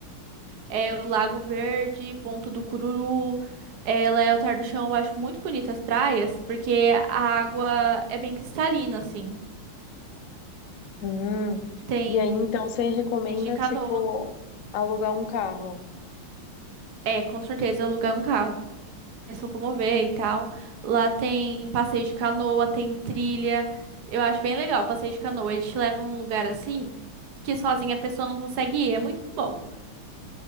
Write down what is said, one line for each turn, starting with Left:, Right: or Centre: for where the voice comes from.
Right: É o Lago Verde, Ponto do Cururu, é, Leotar do Chão, eu acho muito bonitas as praias, porque a água é bem cristalina, assim.
Left: hum.
Right: Tem
Left: E aí, então, você recomenda,
Right: de canoa.
Left: tipo, alugar um carro?
Right: É, com certeza, alugar um carro, se locomover e tal. Lá tem passeio de canoa, tem trilha. Eu acho bem legal o passeio de canoa. Eles te levam num lugar assim que sozinha a pessoa não consegue ir. É muito bom.